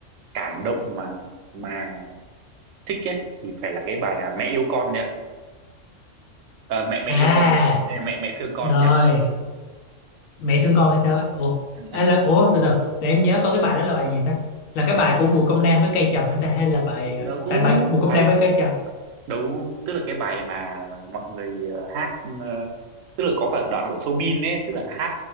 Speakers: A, on the right; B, on the left.
A: cảm động mà mà thích ấy, thì phải là cái bài à, mẹ yêu con nha Ờ, mẹ mẹ
B: à
A: yêu con mẹ mẹ mẹ mẹ thương con
B: rồi
A: nha
B: mẹ thương con hay sao á ủa
A: ừ.
B: à,
A: ừ.
B: là ủa từ từ để em nhớ coi cái bài đó là bài gì ta là cái bài của Bùi Công Nam với Cây Trần hay ta hay là bài à,
A: đấu
B: tại bài Bùi
A: bài
B: Công Nam với Cây Trần
A: đấu tức là cái bài mà mọi người ờ, hát ờ, tức là có cả đoạn của Soobin ấy tức là hát